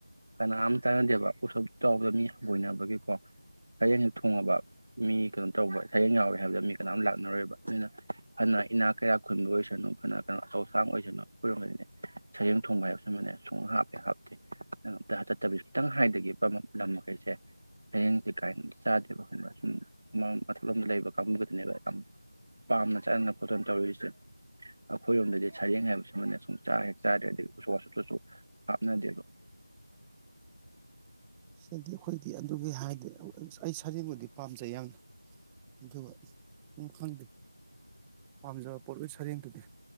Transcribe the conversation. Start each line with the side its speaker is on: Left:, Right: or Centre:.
Right: ꯀꯅꯥꯝ ꯇꯥꯟꯅꯗꯦꯕ ꯎꯊꯞ ꯆꯥꯎꯕ ꯃꯤ ꯍꯪꯒꯣꯏꯅꯕꯒꯤꯀꯣ ꯍꯌꯦꯡꯁꯦꯛ ꯊꯣꯡꯉꯕ ꯃꯤ ꯀꯩꯅꯣ ꯇꯧꯕ ꯁꯔꯦꯡ ꯌꯥꯎꯋꯦ ꯍꯥꯏꯕꯗ ꯃꯤ ꯀꯅꯥꯣꯝ ꯂꯥꯛꯅꯔꯣꯏꯕ ꯅꯅ ꯐꯅ ꯏꯅꯥ ꯀꯌꯥ ꯈꯨꯟꯕ ꯑꯣꯏꯁꯅꯨ ꯐꯅ ꯀꯩꯅꯣ ꯑꯆꯧꯁꯥꯡ ꯑꯣꯏꯁꯅꯨ ꯈꯔꯒꯗꯅꯦ ꯁꯔꯦꯡ ꯊꯣꯡꯕ ꯍꯥꯏꯕꯕꯁꯤꯃꯅꯦ ꯁꯨꯡ ꯍꯥꯞꯄꯦ ꯍꯥꯞꯇꯦ ꯑꯝꯇ ꯆꯠꯇꯕꯤꯁ ꯈꯤꯇꯪ ꯍꯥꯏꯊꯈꯤꯕ ꯂꯝ ꯃꯈꯩꯁꯦ ꯁꯔꯦꯡꯁ ꯀꯥꯏꯅ ꯆꯥꯗꯦꯕ ꯈꯟꯕ ꯁꯨꯝ ꯃꯊꯜ ꯑꯃꯣꯝꯗ ꯂꯩꯕ ꯀꯥꯡꯕꯨ ꯈꯛꯇꯅꯦꯕ ꯌꯥꯝ ꯄꯥꯝꯅ ꯆꯥꯅꯅ ꯈꯣꯠꯇꯅ ꯇꯧꯔꯤꯁꯦ ꯑꯩꯈꯣꯏꯔꯣꯝꯗꯗꯤ ꯁꯔꯦꯡ ꯍꯥꯏꯕꯁꯨ ꯑꯃꯅ ꯁꯨꯝ ꯆꯥꯛ ꯍꯦꯛ ꯆꯥꯗ꯭ꯔꯦ ꯑꯗꯒꯤ ꯎꯁꯨꯥ ꯋꯥꯁꯨꯇꯁꯨ ꯍꯥꯞꯅꯗꯦꯕ
Centre: ꯁꯤꯗꯤ ꯑꯩꯈꯣꯏꯗꯤ ꯑꯗꯨꯒꯤ ꯍꯥꯏꯗꯤ ꯑꯩ ꯁꯔꯦꯡꯕꯨꯗꯤ ꯄꯥꯝꯖꯩ ꯌꯥꯝꯅ ꯑꯗꯨꯒ ꯈꯪꯗꯦ ꯄꯥꯝꯖꯕ ꯄꯣꯠꯂ ꯁꯔꯦꯡꯗꯨꯗꯤ